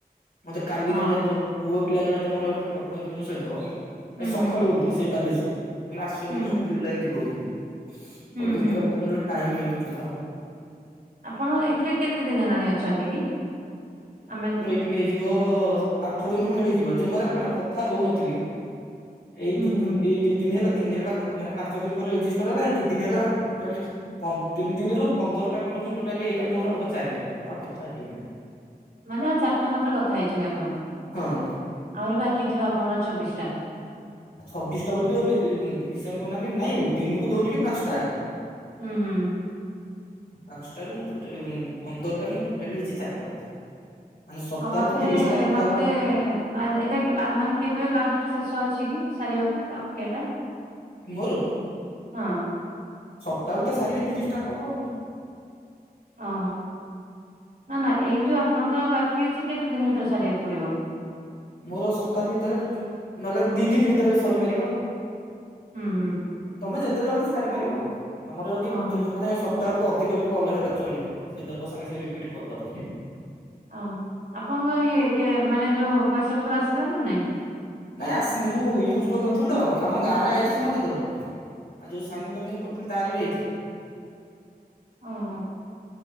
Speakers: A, on the left; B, on the right.
A: ମତେ କାଲି
B: ହଁ।
A: ଜଣେ ତ ପୁଅ ପିଲା ଜଣେ ତମର ସେଇଠୁ କଥା ହଉଥିଲୁ ମୋ ସହିତ ଆଜି
B: ହୁଁ
A: ସଖାଳୁ
B: ହୁଁ
A: ହଉ ସେ ବି ସେଇ ବାଲେଶ୍ୱରରୁ। ମୁଁ କହିଲି ଆସ
B: ହୁଁ
A: କୋଉଦିନ
B: ହୁଁ
A: ବୁଲି ବୁଲାକି ଯିବ ବୋଲି। ମୁଁ
B: ହୁଁ
A: କହିଲି ଦେଖିବା
B: ହୁଁ
A: କୋଉଦିନ ଗୋଟେ ଟାଇମ୍ ମିଳୁ ଯିବା ଆଉ।
B: ଆପଣ ଏଥିରେ କେତେ ଦିନ ହେଲାଣି ଅଛନ୍ତି କି? ଆମେ ଯୋଉ
A: ଠିକ୍ ହେଇଯିବ ଆଠ ଦିନ୍ ଖଣ୍ଡେ ହେଇଯିବ ଯେ ମୁଁ ଏଗୁରା କୁଆଡେ କଥା ହଉନଥିଲି। ଏଇ
B: ହୁଁ
A: ଦି
B: ହୁଁ
A: ତିନ୍ ଏଇ ଦି ଦିନି ହେଲା ତିନ୍ ଦିନ ହେଲା କତ୍ ମାନେ ପାଞ୍ଚ ଦିନ ପରେ ରେଜିଷ୍ଟର ହେଲା। ଏଇ ଦି ଦିନି ହେଲା ଟୋଟାଲି ପନ୍ ତିନି ଦିନିରୁ ପନ୍ଦର ଟା କଲରୁ ମୁଁ ଟୋଟାଲି ଏଇଟାକୁ ମୋର ହବ ଚାରିଟା। ମୁଁ ଆଉ କଥା ହେଇନି।
B: ମାନେ ଆଉ ଚାରିଟା ମାତ୍ର କଥା ହେଇଛନ୍ତି ଆପଣ?
A: ହଁ ହଁ।
B: ଆହୁରି ବାକିଥିବ ଆପଣଙ୍କର ଛବିଶ ଟା?
A: ଛବିଶଟା ବୋଲି <unintelligible> ଏଇ ଉଁ ହିସାବ କରୁନାହାଁନ୍ତି। ନାଇଁ ଦିନକୁ ଦଉନି କି ପାଞ୍ଚଟା।
B: ହୁଁ ହୁଁ।
A: ପାଞ୍ଚଟାରୁ ମୁଁ ଟୋଟା ଉଁ ପନ୍ଦରଟାରୁ ମୁଁ ଟୋଟାଲି ହେଇଛି ଚାରିଟା କଥା। ମାନେ ସପ୍ତାହକୁ
B: ଆଉ ମତେ
A: ତିରିଶଟା କଥା
B: ମତେ
A: ହବା ଦରକାର।
B: ମା ଏଇଟା କେ ମା-ମାନେ କେବେ ଲାଷ୍ଟ ଶେଷ ଅଛି କି ସାରିବାକୁ କା ଏଇଟା?
A: ମରୁ
B: ହଁ।
A: ସପ୍ତାହକୁ ତ ସାରିବେ ତିରିଶ ଟା କଲ।
B: ଓ ନା ନା ଏଇ ଯୋଉ ଆପଣଙ୍କର ବାକି ଅଛି କେତେ ଦିନ ଭିତରେ ସାରିବାକୁ ପଡିବ?
A: ମୋର ସପ୍ତାହ ଭିତରେ ନହେଲେ ଦି ଦିନ ଭିତରେ ବି ସରିପାରିବ।
B: ହୁଁ ହୁଁ।
A: ତମେ ଯେତେ ଜଲଦି ସାରିପାରିବ ଆ ତମର ଯଦି
B: ଓହୋ
A: ଗୋଟେ ସପ୍ ତାକୁ ଅଧିକ ବି କଲ୍ ହେଲା ଚଳିବ ସେ ସାଙ୍ଗେ ସାଙ୍ଗେ ରିପିଟ୍ କରିଦବ।
B: ଓ ଆପଣଙ୍କର ଇଏ କେ ମାନେ ଯୋଉ ପଇସା ପତ୍ର ଆସିଲା ନା ନାଇଁ।
A: ନାଇଁ ଆସିଲି ମୁଁ ୟୁଜ କରିନଥିଲୁ ତ ଆମ ଗାଁ ରେ ଆଇଚି ସମସ୍ତଙ୍କର୍। ଯୋଉ ସାଙ୍ଗୁଟାକୁ ମୁଁ କରିଥିଲି ତାର ବି ହେଇଚି।
B: ଓହୋ।